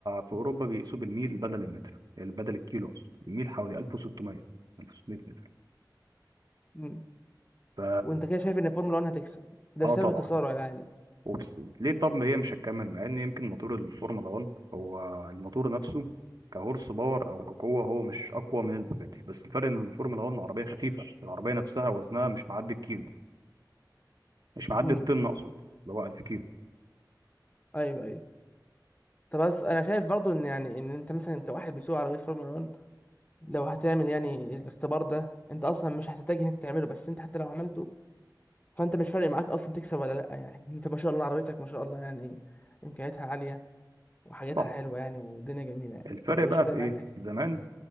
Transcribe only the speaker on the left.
امم
وانت كده شايف ان الفورمولا 1 هتكسب ده
سبب
التسارع العالي
امم
ايوه ايوه طب بس انا شايف برضو ان يعني ان انت مثلا كواحد بيسوق عربيه فورمولا 1 لو هتعمل يعني الاختبار ده انت اصلا مش هتتجه انت تعمله بس انت حتى لو عملته فانت مش فارق معاك اصلا تكسب ولا لا يعني <laughs> انت ما شاء الله عربيتك ما شاء الله يعني امكانياتها عاليه وحاجاتها
حلوه يعني والدنيا جميله يعني
فانت
مش فارق
معاك
تكسب